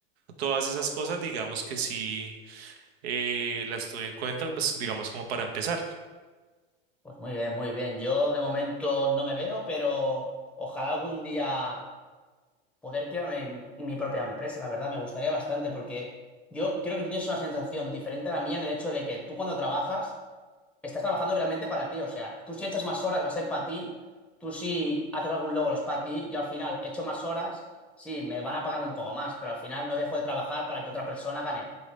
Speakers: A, on the right (about 80°); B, in the centre.
A: todas esas cosas, digamos que sí eh, las tuve en cuenta, pues digamos como para empezar.
B: Pues muy bien, muy bien. Yo de momento no me veo, pero ojalá algún día poder crear mi, mi propia empresa, la verdad, me gustaría bastante porque yo creo que tú tienes una sensación diferente a la mía en el hecho de que tú cuando trabajas estás trabajando realmente para ti. O sea, tú si echas más horas va a ser para ti. Tú si haces algún logro es para ti. Yo al final echo más horas, sí, me van a pagar un poco más, pero al final no dejo de trabajar para que otra persona gane.